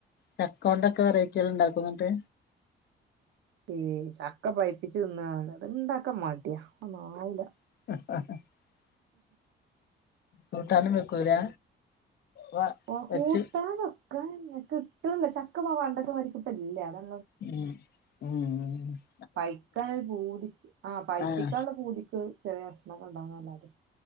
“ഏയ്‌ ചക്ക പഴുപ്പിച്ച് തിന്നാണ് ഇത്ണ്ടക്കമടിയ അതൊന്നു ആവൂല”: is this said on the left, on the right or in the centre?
Right